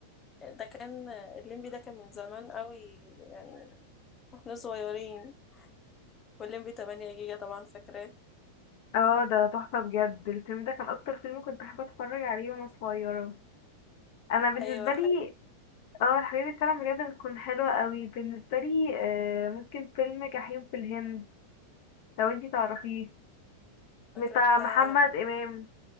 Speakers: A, on the left; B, on the left.
A: ده كان الليمبي ده كان من زمان قوي يعني واحنا صغيرين والليمبي 8 جيجا طبعا فاكراه
B: اه ده تحفة بجد الفيلم ده كان اكتر فيلم كنت حابة اتفرج عليه وانا صغيرة انا بالنسبة
A: ايوه الحاجات
B: لي
A: دي
B: اه الحاجات دي فعلا بجد بتكون حلوة قوي بالنسبة لي آه ممكن فيلم جحيم في الهند لو انتي تعرفيه بتاع
A: فاكراه بتاع
B: محمد امام